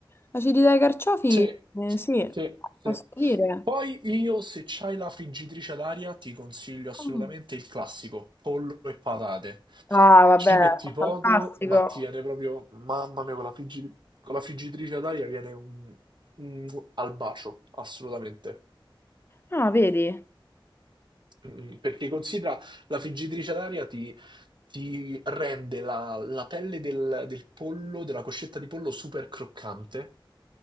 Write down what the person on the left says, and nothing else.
l'acidità ai carciofi,
eh, sì,
posso dire.
Mm.
Ah, vabbè,
fantastico.
Ah, vedi.